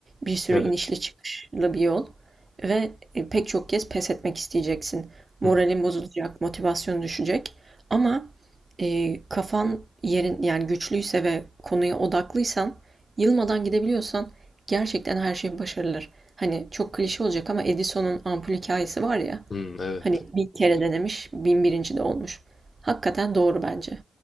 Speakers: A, on the right; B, on the left.
A: Bir sürü
B: Evet.
A: inişli çıkışlı bir yol. Ve e, pek çok kez pes etmek isteyeceksin. Moralin
B: Hı hı.
A: bozulacak, motivasyon düşecek. Ama e, kafan yerin yani güçlüyse ve konuya odaklıysan, yılmadan gidebiliyorsan gerçekten her şey başarılır. Hani çok klişe olacak ama Edison'un ampul hikayesi var ya.
B: Hı, evet.
A: Hani bir kere denemiş, bin birinci de olmuş. Hakikaten doğru bence.